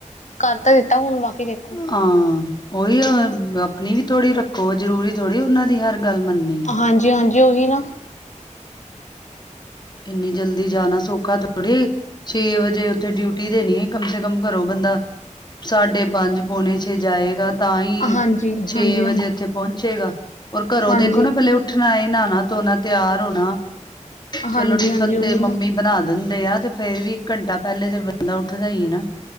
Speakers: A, on the left (about 65°); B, on the left (about 35°).
A: ਕਰ ਤਾਂ ਦਿੱਤਾ ਹੁਣ ਬਾਕੀ ਵੇਖੋ।
B: ਹਾਂ, ਉਹੀ ਆਪਣੀ ਵੀ ਥੋੜ੍ਹੀ ਰੱਖੋ ਜ਼ਰੂਰੀ ਥੋੜ੍ਹੀ ਉਹਨਾਂ ਦੀ ਹਰ ਗੱਲ ਮੰਨਣੀ।
A: ਹਾਂਜੀ ਹਾਂਜੀ ਉਹੀ ਨਾ।
B: ਇੰਨੀ ਜਲਦੀ ਜਾਣਾ ਸੌਖਾ ਥੋੜ੍ਹੀ। ਛੇ ਵਜੇ ਉੱਥੇ ਡਿਊਟੀ ਦੇਣੀ ਕਮ ਸੇ ਕਮ ਘਰੋ ਬੰਦਾ ਸਾਢੇ ਪੰਜ ਪੌਣੇ ਛੇ ਜਾਏਗਾ ਤਾਂ ਹੀ
A: ਹਾਂਜੀ ਹਾਂਜੀ
B: ਛੇ ਵਜੇ
A: ਹਾਂਜੀ
B: ਉੱਥੇ ਪਹੁੰਚੇਗਾ ਔਰ ਘਰੋਂ
A: ਹਾਂਜੀ
B: ਦੇਖੋ ਨਾ ਪਹਿਲੇ ਉਹ ਉੱਠਣਾ ਏ ਨਹਾਣਾ ਧੋਣਾ ਤਿਆਰ ਹੋਣਾ।
A: ਹਾਂਜੀ
B: ਚਲੋ ਟਿਫਨ
A: ਹਾਂਜੀ ਉਹੀ
B: ਤੇ ਮੰਮੀ
A: ਨਾ
B: ਬਣਾ ਦਿੰਦੇ ਆ ਤੇ ਫੇਰ ਵੀ ਇੱਕ ਘੰਟਾ ਪਹਿਲੇ ਤੇ ਬੰਦਾ ਉੱਠਦਾ ਹੀ ਏ ਨਾ।